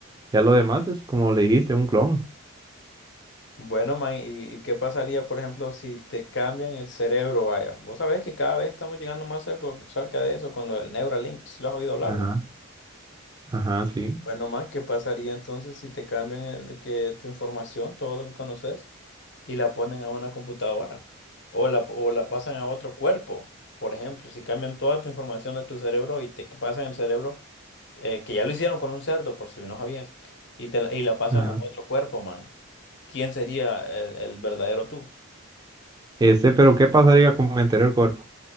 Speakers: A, on the right; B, on the left.
A: Ya lo demás es como le dijiste, un clon.
B: Bueno, man, ¿y, y qué pasaría, por ejemplo, si te cambian el cerebro, vaya? Vos sabés que cada vez estamos llegando más cerca, cerca de eso con lo del Neuralink, si lo has oído hablar,
A: Ajá,
B: va.
A: ajá, sí.
B: Bueno, man, ¿qué pasaría entonces si te cambian el, que, tu información, todo lo que conoces, y la ponen a una computadora? O la, o la pasan a otro cuerpo, por ejemplo, si cambian toda tu información de tu cerebro y te pasan el cerebro eh, que ya lo hicieron con un cerdo, por si no sabías, y, te, la- y la pasan
A: Ajá.
B: a otro cuerpo, man. ¿Quién sería el, el verdadero tú?
A: Este, pero ¿qué pasaría con mi anterior cuerpo?